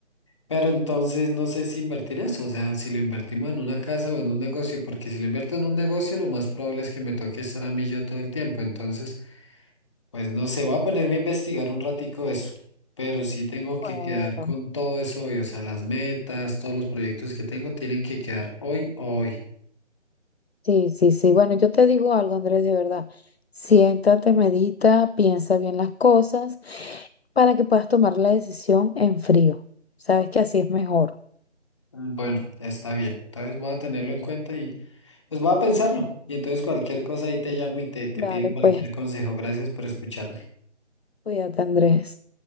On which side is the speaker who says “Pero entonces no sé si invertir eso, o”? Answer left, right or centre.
Left